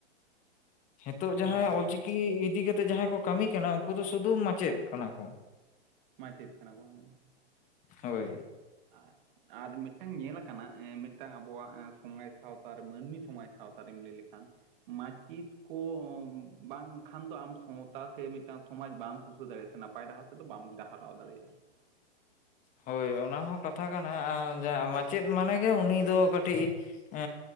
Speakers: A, on the left; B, on the right.
A: ᱱᱤᱛᱚᱜ ᱡᱟᱦᱟᱸᱭ
B: ᱦᱮᱸ
A: ᱚᱞᱪᱤᱠᱤ
B: ᱦᱮᱸ
A: ᱤᱫᱤ ᱠᱟᱛᱮ ᱡᱟᱦᱟᱸᱭ ᱠᱚ ᱠᱟᱹᱢᱤ ᱠᱟᱱᱟ ᱩᱱᱠᱩ ᱫᱚ ᱥᱩᱫᱩ ᱢᱟᱪᱮᱫ ᱠᱟᱱᱟ ᱠᱚ
B: ᱢᱟᱪᱮᱫ ᱠᱟᱱᱟ ᱠᱚ ᱦᱮ
A: ᱦᱳᱭ
B: ᱟᱨ ᱟᱨ ᱢᱤᱫᱴᱟᱝ ᱧᱮᱞᱟ ᱟᱠᱟᱱᱟ ᱢᱤᱫᱴᱟᱝ ᱟᱵᱚᱣᱟᱜ ᱥᱚᱢᱟᱡᱽ ᱥᱟᱶᱛᱟ ᱨᱮ ᱢᱟᱹᱱᱢᱤ ᱥᱚᱢᱟᱡᱽ ᱥᱟᱶᱛᱟ ᱨᱮᱢ ᱞᱟᱹᱭ ᱞᱮᱠᱷᱟᱱ ᱢᱟᱪᱮᱫ ᱠᱚ ᱵᱟᱝᱠᱷᱟᱱ ᱫᱚ ᱟᱢ ᱥᱟᱶᱛᱟ ᱥᱮ ᱢᱤᱫᱴᱟᱝ ᱥᱚᱢᱟᱡᱽ ᱵᱟ ᱥᱩᱥᱷᱟᱹᱨ ᱫᱟᱲᱮᱭᱟᱜ-ᱟ ᱥᱮ ᱱᱟᱯᱟᱭ ᱰᱟᱦᱟᱨ ᱛᱮᱫᱚ ᱵᱟᱢ ᱰᱟᱦᱟᱨᱟᱣ ᱫᱟᱲᱮᱭᱟᱜ-ᱟ
A: ᱦᱳᱭ ᱚᱱᱟ ᱦᱚᱸ ᱠᱟᱛᱷᱟ ᱠᱟᱱᱟ ᱡᱟᱦᱟᱸ ᱢᱟᱪᱮᱫ ᱢᱟᱱᱮ ᱜᱮ ᱩᱱᱤ ᱫᱚ ᱠᱟᱹᱴᱤᱡ ᱮ